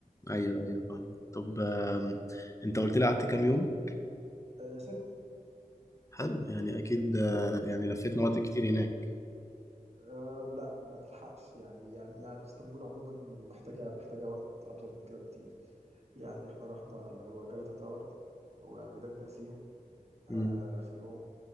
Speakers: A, on the left; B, on the right.
A: أيوه أيوه فاهم طب آم، أنت قلت لي قعدت كام يوم؟
B: آه ستة
A: حلو يعني أكيد آه، يعني لفيت مناطق كتير هناك
B: آه لا ما تلحقش يعني يعني يعني في اسطنبول عموما محتاجة محتاجة وقت أطول من كده بكتير يعني احنا رحنا اللي هو جلطة تاور وميدان تقسيم آه
A: أمم.
B: في يوم